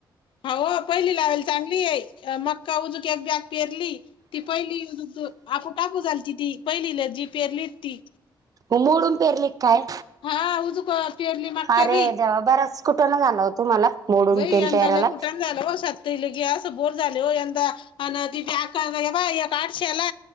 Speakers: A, on the left (about 85°); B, on the right (about 45°).
A: हाव पहिली लावलेली चांगली आहे, <unintelligible> पेरली. ती पहिली आपू टाकू झालती ती, पहिली जी पेरली ती.
B: मोडून पेरले क काय?
A: हा उजूक पेरली मक्का
B: अरे
A: बी
B: देवा बरंच कुठना झाला हो तुम्हाला? मोडून
A: बई
B: तेन
A: यंदा
B: पेरायला
A: लय कुटाना झालं व सात <unintelligible> असं बोर, झाले हो यंदा <unintelligible> एक आठशेला